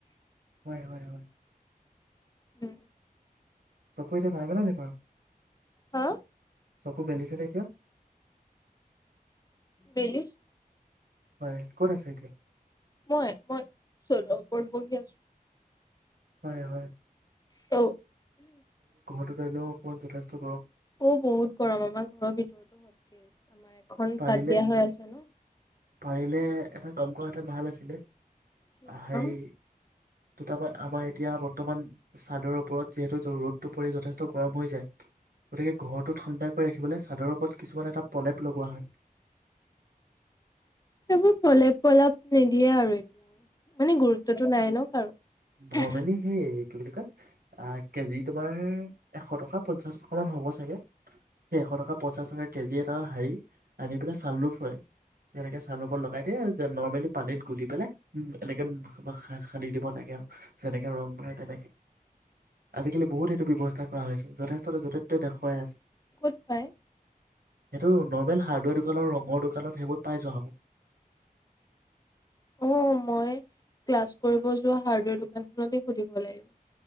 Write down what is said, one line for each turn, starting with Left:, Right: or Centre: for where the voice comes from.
Right: হয় হয় হয়
Left: উম
Right: চকু এতিয়া ভাল পালেনে বাৰু
Left: হা
Right: চকু মেলিছেনে এতিয়া
Left: বেলিছ
Right: বাই ক'ত আছে এতিয়া
Left: মই মই চদৰ বহি আছো
Right: হয় হয়
Left: অ
Right: সেইটো কাৰণেও অকণমান যথেষ্ট গৰম
Left: অ বহুত গৰম আমাৰ ঘৰৰ ভিতৰত হতকেছ। আমাৰ এখন
Right: পাৰিলে
Left: চাদ দিয়া হৈ আছে ন
Right: পাৰিলে এটা কম কৰা ভাল আছিলে
Left: সেই কাম
Right: হেৰি ত তাৰ আমাৰ এতিয়া বৰ্তমান চাদৰ ওপৰত যিহেতু ৰ'দটো পৰে যথেষ্ট গৰম হৈ যায় গতিকে ঘৰটো ঠাণ্ডাকৈ ৰাখিবলৈ চাদৰ ওপৰত কিছুমান এটা প্ৰলেপ লগোৱা হয়
Left: সেইবোৰ প্ৰলেপ প্ৰলপ নিদিয়ে আৰু এতিয়া মানে গুৰুত্বটো নাই ন কাৰো
Right: নৰ্মেলি সেই কি বিলি কয় <unintelligible> আহ কেজিটো তোমাৰ এশ টকা পঞ্চাশ টকা মান হ'ব চাগে সেই এশ টকা পঞ্চাশ টকাৰ কেজি এটা হেৰি আনি পেলাই চাম ন হয়, যেনেকে চানু লগাই দিয়ে যে নৰ্মেলি পানীত গুলি পেলাই এনেকে সা সানি দিব লাগে আৰু যেনেকে ৰং মাৰে তেনেকে আজিকালি বহুত এইটো ব্যৱস্থা কৰা হৈছিল যথেষ্ট যতে ততে দেখুৱাই আছে
Left: ক'ত পায়
Right: সেইটো নৰ্মেল হাৰ্ডৱেৰ দোকানৰ ৰঙৰ দোকানত সেইবোৰ পাই যোৱা হ'ব
Left: অ মই ক্লাছ কৰিব যোৱা হাৰ্ডৱেৰ দোকানখনতে সুধিব লাগিব